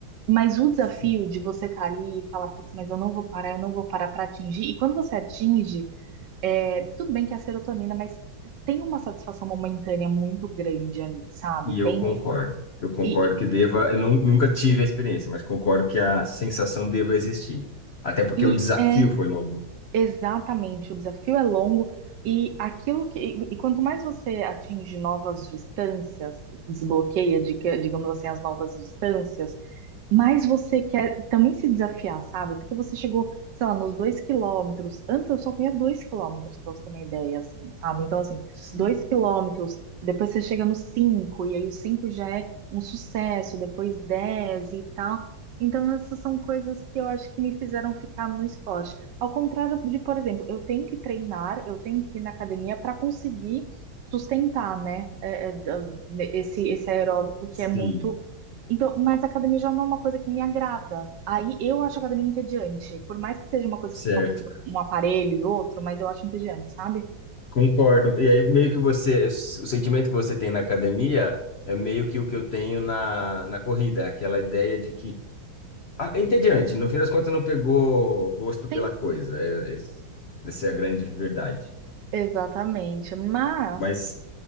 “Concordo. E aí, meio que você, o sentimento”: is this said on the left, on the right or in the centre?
Left